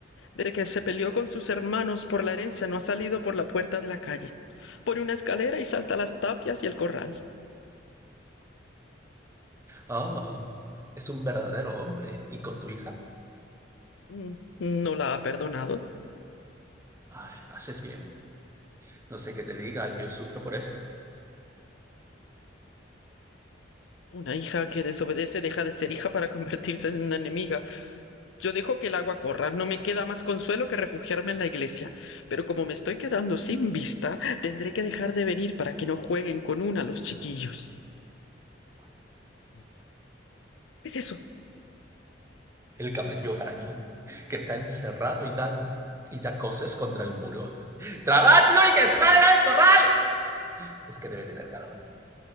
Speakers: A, on the left (about 80°); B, on the right (about 15°).
A: Desde que se peleó con sus hermanos por la herencia no ha salido por la puerta de la calle. Pone una escalera y salta las tapias y el corral.
B: Ah, es un verdadero hombre. ¿Y con tu hija?
A: Mm, ¿No la ha perdonado?
B: Ay, haces bien. No sé qué te diga, yo sufro por esto.
A: Una hija que desobedece deja de ser hija para convertirse en una enemiga. Yo dejo que el agua corra, no me queda más consuelo que refugiarme en la iglesia. Pero como me estoy quedando sin vista, tendré que dejar de venir para que no jueguen con una los chiquillos. ¿Qué es eso?
B: El caballo garañón, que está encerrado y da, y da cosas contra el muro. ¡Trabadlo y que salga del corral! Es que debe tener calor.